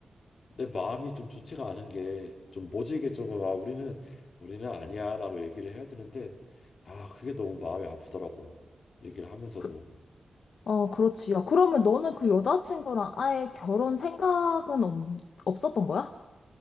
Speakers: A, on the left; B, on the left.
A: 내 마음이 좀 좋지가 않은 게 좀 모질게 조금 아 우리는 우리는 아니야라고 얘기를 해야 되는데 아 그게 너무 마음이 아프더라고 얘기를 하면서도
B: 그, 어, 그렇지. 야, 그러면 너는 그 여자친구랑 아예 결혼 생각은 없, 없었던 거야?